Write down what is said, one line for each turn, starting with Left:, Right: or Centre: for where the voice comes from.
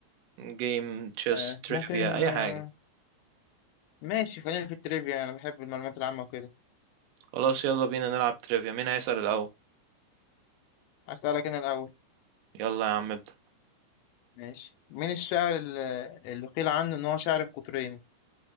Right: جيم تشيس
Left: آه
Right: تريفيا
Left: ممكن
Right: اي
Left: آه
Right: حاجه
Left: ماشي خلينا في التريفيا انا بحب المعلومات العامه وكده
Right: خلاص يلا بينا نلعب تريفيا مين هيسأل الاول
Left: اسالك انا الاول
Right: يلا يا عم ابدأ
Left: ماشي مين الشاعر ال- اللي قيل عنه ان هو شاعر القطرين